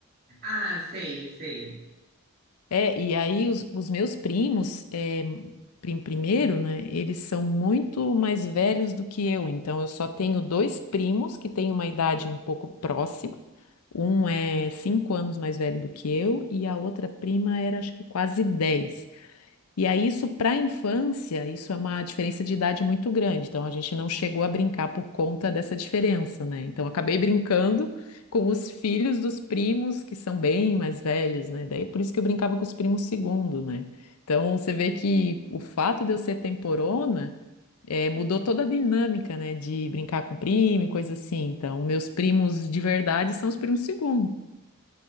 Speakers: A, on the right (about 45°); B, on the left (about 85°).
A: Ah, sei, sei.
B: É, e aí os, os meus primos, é, prim- primeiro, né, eles são muito mais velhos do que eu, então eu só tenho dois primos que têm uma idade um pouco próxima, um é cinco anos mais velho do que eu e a outra prima era acho que quase 10. E aí, isso para a infância, isso é uma diferença de idade muito grande. Então, a gente não chegou a brincar por conta dessa diferença, né? Então, acabei brincando com os filhos dos primos, que são bem mais velhos, né? Daí, é por isso que eu brincava com os primos segundo, né? Então, você vê que o fato de eu ser temporona, eh, mudou toda a dinâmica, né? De brincar com primo e coisa assim. Então, meus primos de verdade são os primos segundo.